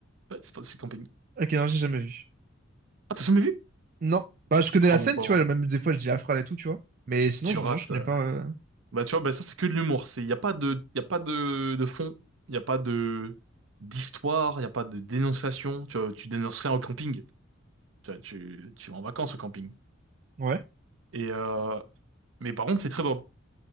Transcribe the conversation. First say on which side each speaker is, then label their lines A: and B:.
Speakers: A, on the right; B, on the right.
A: Ouais, c'est pas, c'est Camping.
B: Ok, non, j'ai jamais vu.
A: Ah, t'as jamais vu?
B: Non. Bah, je connais
A: Ah,
B: la scène,
A: mon pauvre.
B: tu vois. Même des fois, je dis la phrase et tout, tu vois. Mais sinon,
A: Tu
B: je...
A: rates.
B: non, je connais
A: euh.
B: pas. euh,
A: Bah, tu vois, bah, ça, c'est que de l'humour. C'est, y a pas de, y a pas de, de fond. Y a pas de, d'histoire. Y a pas de dénonciation. Tu vois, tu dénonces rien au camping. Tu vois, tu, tu vas en vacances au camping.
B: Ouais.
A: Et, euh, mais par contre, c'est très drôle.